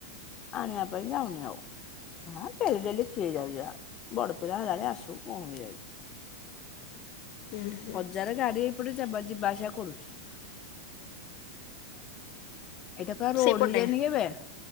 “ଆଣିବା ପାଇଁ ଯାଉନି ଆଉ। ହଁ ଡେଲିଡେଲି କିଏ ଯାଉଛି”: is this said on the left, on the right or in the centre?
Left